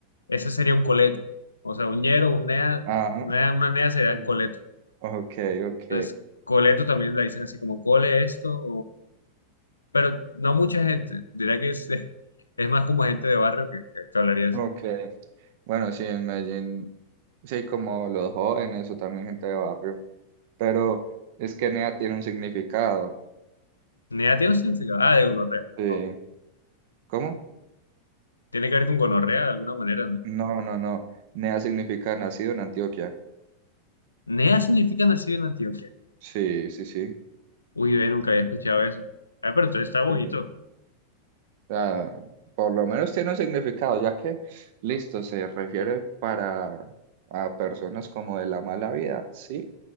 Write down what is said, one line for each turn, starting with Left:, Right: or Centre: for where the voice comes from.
Left: ese sería un coleto. O sea, un ñero, un nea,
Right: Ajá.
Left: una, una nea sería
Right: o-
Left: coleto.
Right: Ok, ok,
Left: Entonces, coleto también la dicen así como cole esto pero no mucha gente. Diría que es, eh, es más como gente de barrio que, que, que hablaría así.
Right: ok. Bueno, sí, en Medellín, sí, como los jóvenes o también gente de barrio. Pero es que NEA tiene un significado.
Left: NEA tiene un significado. Ah, de gonorrea.
Right: Sí.
Left: No.
Right: ¿Cómo?
Left: Tiene que ver con gonorrea de alguna manera, ¿no?
Right: No, no, no. NEA significa nacido en Antioquia.
Left: NEA significa nacido en Antioquia.
Right: Sí, sí, sí.
Left: Uy, ve, nunca había escuchado eso. Ah, pero entonces está bonito.
Right: Sí. sea, por lo menos tiene un significado, ya que, listo, se refiere para a personas como de la mala vida, sí,